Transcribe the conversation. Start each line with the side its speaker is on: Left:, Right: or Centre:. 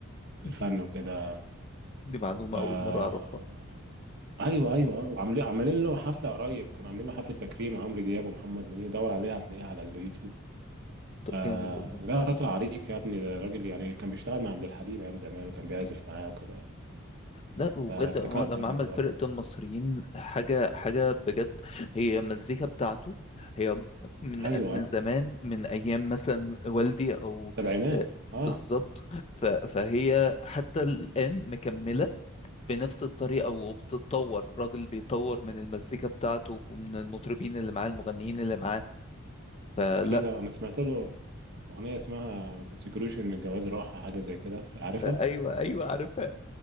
Right: للفن
Left: دي
Right: وكده
Left: دي معلومة
Right: آه
Left: أول مرة أعرفها
Right: ايوه ايوه آه، وعاملين عاملين له حفله قريب كانوا عاملين له حفله تكريم عمرو دياب ومحمد منير دور عليه هتلاقيه على اليوتيوب
Left: طب
Right: آه
Left: جامد والله
Right: لا راجل عريق يا ابني ده راجل يعني كان بيشتغل مع عبد الحليم ايام زمان وكان بيعزف معاه وكده
Left: لا وبجد
Right: فافتكرته
Left: هو لما
Right: انا
Left: عمل
Right: دلوقتي
Left: فرقة المصريين حاجة حاجة بجد هي المزيكا بتاعته هي من
Right: ايوه
Left: من
Right: آه،
Left: زمان من أيام مثلا والدي أو
Right: سبعينات
Left: آه،
Right: اه
Left: بالظبط ف- فهي حتى الآن مكملة بنفس الطريقة وبتتطور راجل بيطور من المزيكا بتاعته ومن المطربين اللي معاه المغنيين اللي معاه فلا
Right: اكيد آه، انا سمعت له اغنيه اسمها ما تفتكروش ان الجواز راحه حاجه زي كده عارفها
Left: أيوه أيوه عارفها